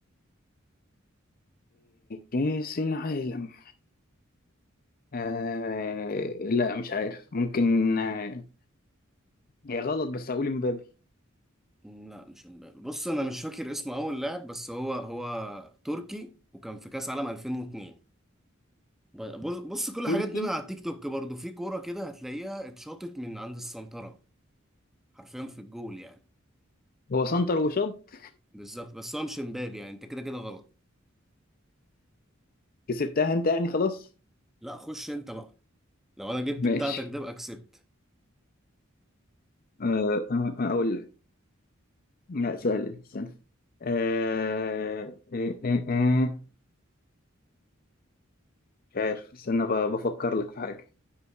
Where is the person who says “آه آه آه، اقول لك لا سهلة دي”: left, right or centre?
Left